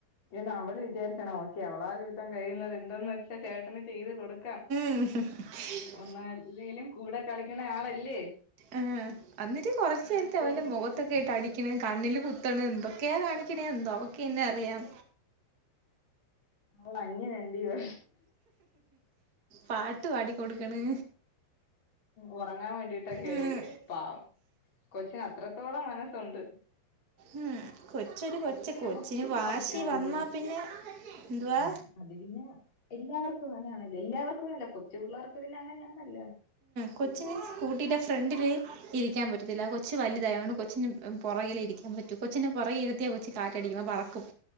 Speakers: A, on the left; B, on the right.
A: ഇന്ന് അവള് വിചാരിച്ചണോ എവളാൽ വിധം കഴിയുന്നത് എന്തന്ന് വെച്ചാ ചേട്ടന് ചെയ്ത് കൊടുക്കാം
B: <unintelligible>
A: ഒന്നല്ലേലും കൂടെ കളിക്കണ ആളല്ലേ
B: ആഹ് അന്നിട്ട് കുറച്ചു
A: അങ്ങനത്തൊരിത്
B: നേരത്തെ അവന്റെ മുഖ ത്തൊക്കെ ഇട്ട് അടിക്കണ കണ്ണില് കുത്തണ് എന്തൊക്കെയാ കാണിക്കണേ എന്തോ അവക്കെന്നെ അറിയാം
A: അവള്ടെ അനിയനല്ലിയോ
B: പാട്ടു പാടിക്കൊടുക്കണ്
A: ഉറങ്ങാൻ വേണ്ടിട്ടൊക്കെ ആയിരിക്കും
B: ഉം.
A: പാവം കൊച്ചിന് അത്രത്തോളം മനസ്സുണ്ട്
B: ഉം കൊച്ച്
A: ചേച്ചി
B: കൊച്ച്
A: പിന്നെ
B: കൊച്ചിനി
A: ബുക്കൊക്കെ
B: വാശി
A: വായിക്കാറുണ്ടോ
B: വന്നാ പിന്നെ എന്തുവാ
A: ആഹ് അത് പിന്നെ എല്ലാവർക്കും അങ്ങനെ അങ്ങനെയാണലോ എല്ലാവർക്കുംല്ല കൊച്ചു പിള്ളേർക്ക് പിന്നെ അങ്ങനെയാണല്ലേ
B: കൊച്ചിന് സ്കൂട്ടിയുടെ ഫ്രണ്ടില് ഇരിക്കാൻ പറ്റത്തില്ല കൊച്ചു വലുതായ കൊണ്ട് കൊച്ചിന് പുറകിലെ ഇരിക്കാൻ പറ്റും കൊച്ചിെ പുറകെ ഇരുതിയൽ കൊച്ചി കാറ്റടിയുമ്പ പറക്കും